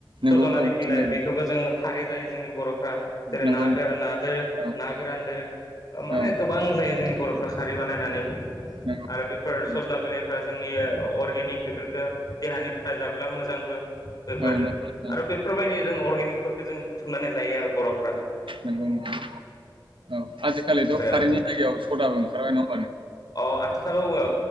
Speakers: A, on the right; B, on the left.
A: नंगौ
B: सज'नानि
A: औ
B: बिलाइ
A: सिनायगौ
B: बेखौबो जोङो खारै जायो जोंनि बर' फ्रा जेरै
A: नंगौ
B: गोरान
A: नोंथां
B: नादो
A: औ
B: ना गोरानदो ओ माने
A: औ
B: गोबां जायो जोंनि फ्रा खारै बानायनानै
A: नंगौ
B: आरो बेफोर
A: औ
B: सजना बिलाइफोरा जोंनि अर्गेनिक बेफोर खो देहानि थाखाय जाबोला मोजांबो बेफोर
A: नंगौ नोंथां
B: आरो बेफोरबायदि जों अर्गेनिक फोरफोरखो जोङो बुथुमनानै जायो आरो बर'फ
A: नंगौ नोंथां औ आजिखालिथ'
B: बे
A: खारैनि जायगायाव सदाबो ओंखारबाय न
B: अ आथिखालाव ओ